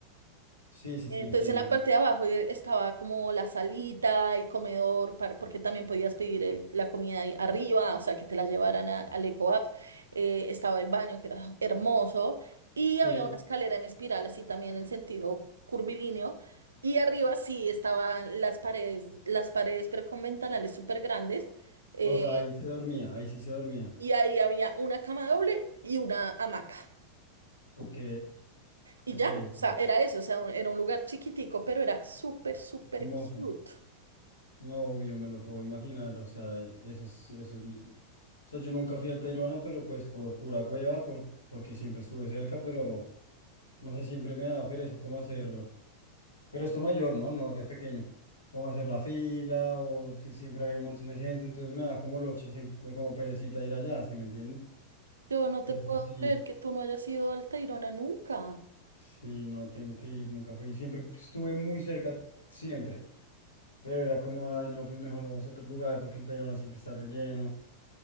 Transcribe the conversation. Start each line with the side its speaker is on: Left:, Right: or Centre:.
Left: sí, sí,
Right: Entonces
Left: sí, entiendo,
Right: en la
Left: entiendo.
Right: parte de abajo eh, estaba como la salita, el comedor, para- porque también podías pedir el- la comida ahí arriba, o sea, que te la llevaran a- al eco App. Eh, estaba el baño, que era hermoso, y había
Left: Sí,
Right: una escalera en espiral, así también en sentido curvilíneo. Y arriba sí estaban las paredes, las paredes, pero con ventanales súper grandes. eh,
Left: o sea, ahí se dormía, ahí sí se dormía.
Right: y ahí había una cama doble y una hamaca.
Left: Ok,
Right: Y
Left: ok,
Right: ya, o
Left: ok,
Right: sea, era eso, o sea, un- era un lugar chiquitico, pero era súper, súper
Left: hermoso.
Right: cute.
Left: No, obvio me lo puedo imaginar, o sea, eso es, eso es l- o sea, yo nunca fui al Tayrona, pero pues por pura hueva, por, porque siempre estuve cerca, pero no sé, siempre me daba pereza cómo hacer, pero esto mayor, ¿no? No de pequeño, cómo hacer la fila, o que siempre había un montón de gente, entonces me daba como loche, siempre como perecita ir allá, ¿sí me entiendes?
Right: Yo no
Left: Pero
Right: te puedo
Left: sí,
Right: creer que tú no hayas ido al Tayrona nunca.
Left: sí, no tengo que ir, nunca fui, siempre pues, estuve muy cerca, siempre, pero era como, ay, no, pues mejor vamos a otro lugar, porque el Tayrona siempre está relleno.